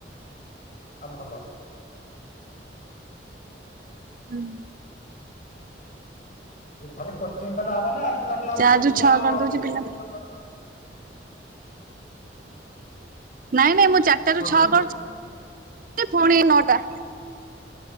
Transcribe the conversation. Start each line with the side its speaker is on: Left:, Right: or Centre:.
Left: ଆ ଭଲ।
Right: ହୁଁ।
Left: ଖାଲି କୋଚିଂ କଲେ ହବ ନା ଏକ୍ସଟ୍ରା କ୍ଲାସ
Right: ଚାରି
Left: ପୁଣି
Right: ରୁ
Left: ଯିବ
Right: ଛଅ
Left: କାହା
Right: କରିଦଉଛି
Left: ଘରକୁ
Right: ପିଲା
Left: ପୁଣି ଟିଉସନ କରି।
Right: ନାଇଁ ନାଇଁ ମୁଁ ଚାରିଟା
Left: କୋଚିଂ
Right: ରୁ ଛଅ କରୁଛି ଫୁଣି ନଅଟା।